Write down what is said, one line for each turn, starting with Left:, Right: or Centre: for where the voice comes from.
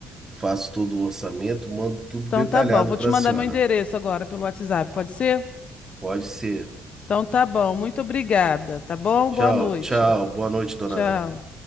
Right: faço todo o orçamento, mando tudo
Left: Então
Right: detalhado
Left: tá bom. Vou
Right: para
Left: te mandar
Right: a senhora.
Left: meu endereço agora pelo WhatsApp, pode ser?
Right: Pode ser.
Left: Então tá bom. Muito obrigada, tá bom?
Right: Tchau,
Left: Boa noite.
Right: tchau. Boa noite, dona
Left: Tchau.
Right: Ana.